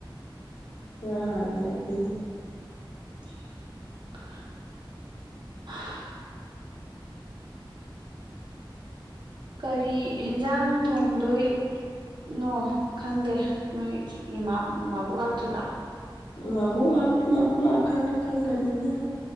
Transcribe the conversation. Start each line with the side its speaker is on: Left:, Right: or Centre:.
Left: ꯉ ꯍꯥꯟ ꯍꯥꯏꯔꯛꯈꯤꯗꯤ
Right: <unintelligible> ꯀꯔꯤ ꯍꯦꯟꯖꯥꯡ ꯊꯣꯡꯗꯣꯏ ꯅꯣ ꯈꯪꯗꯦ ꯅꯣꯏꯃꯥ ꯃꯕꯣꯛ ꯂꯥꯛꯇ꯭ꯔꯤꯕ
Left: ꯃꯥꯕꯣꯛ ꯂꯥꯛꯇꯤ ꯃꯥꯕꯣꯛ ꯂꯑ ꯀꯥꯟꯗ ꯈꯪꯒꯅꯤ ꯏꯟꯖꯥꯡ